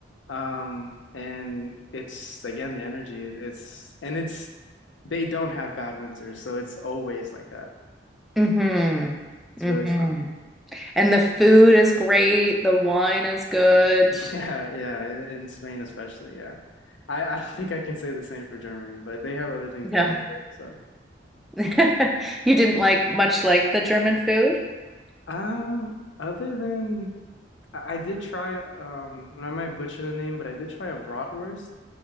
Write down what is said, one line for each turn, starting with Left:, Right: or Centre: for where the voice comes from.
Left: Um, and it's again the energy. It's and it's they don't have bad winters, so it's always like that.
Centre: Mm-hmm.
Left: It's
Centre: Mm-hmm.
Left: really fun.
Centre: And the food is great. The wine is good.
Left: <laughs> Yeah, yeah, in, in Spain especially, yeah. I, I don't think I can say the same for Germany, but they have other things
Centre: No.
Left: going for it, so.
Centre: <laughs> You didn't like much like the German food?
Left: Um, other than I, I did try um and I might butcher the name, but I did try a bratwurst,